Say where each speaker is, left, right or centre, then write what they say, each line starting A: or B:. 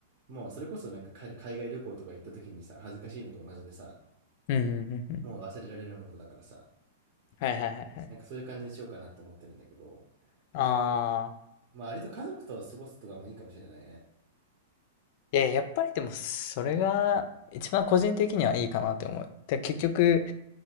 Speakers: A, on the right; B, on the left.
A: もうそれこそなんか海海外旅行とか行った時にさ、恥ずかしいのと同じでさ、
B: うんうんうんうん。うんうんうんうん。
A: もう忘れられるようなことだからさ、
B: はいはいはいはい。
A: なんかそういう感じにしようかなと思ってるんだけど、なんか、
B: ああ。
A: まあ割と家族と過ごすとかもいいかもしれないね。
B: いや、やっぱりでも、それが一番個人的にはいいかなって思う。で、結局、
A: うん。